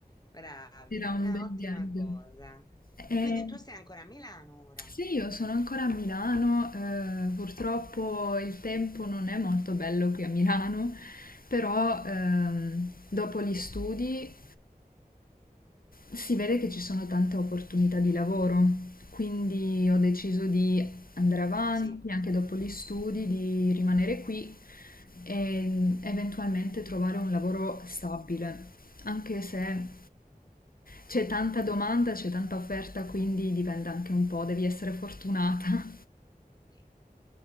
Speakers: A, on the left; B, on the left.
A: bravi,
B: Era
A: è
B: un bel
A: ottima
B: viaggio.
A: cosa.
B: Eh,
A: E quindi tu sei ancora a Milano ora?
B: sì, io sono ancora a Milano, eh, purtroppo il tempo non è molto bello qui a Milano, però ehm, dopo gli studi si vede che ci sono tante opportunità di lavoro, quindi ho deciso di andare avanti
A: Sì.
B: anche dopo gli studi, di rimanere qui e eventualmente trovare un lavoro stabile,
A: Mm,
B: anche se c'è tanta domanda, c'è tanta offerta, quindi dipende anche un po', devi essere fortunata.
A: Sì,